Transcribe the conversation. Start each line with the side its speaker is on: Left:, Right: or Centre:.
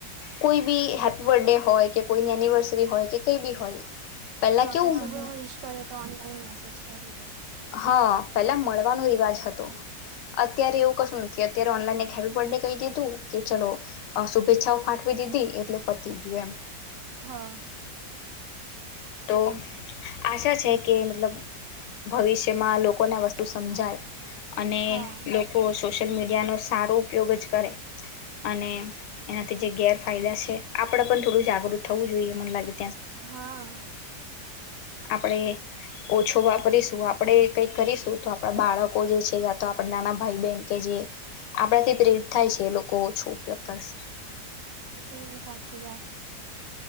Left: કોઈ બી હેપી બર્થડે હોઠય કે કોઈની એનિવર્સરી હોય કે કઈ બી હોય પેલા
Right: હા
Left: કેવું
Right: કશું ભી વિસ કર્યો તો ઓનલાઈન મેસેજ કરી દે
Left: હા પેલા મળવાનો રિવાજ હતો અત્યારે એવું કશું નથી અત્યારે ઓનલાઈન એક હેપ્પીબર્થડે કઈ દીધું. કે ચલો શુભેચ્છાઓ ફાઠવી દીધી એટલે પતી ગયું એમ
Right: હા
Left: તો આશા છે કે મતલબ ભવિષ્યમાં લોકોને આ વસ્તુ સમજાય અને
Right: હા
Left: લોકો સો સોશિયલ મીડિયાનો સારો ઉપયોગ જ કરે અને એનાથી જે ગેરફાયદા છે, આપણેે પણ થોડું જાગૃત થવું જોઈએ મને લાગે
Right: હા
Left: આપણેે ઓછો વાપરીશું આપણેે કઈ કરીશું તો આપડા બાળકો જે છે યા તો આપડા નાના ભાઈ બહેન કે જે આપડાથી પ્રેરિત થાય છે એ લોકો ઓછો ઉપયોગ કરશે
Right: એ જ સાચી વા છે.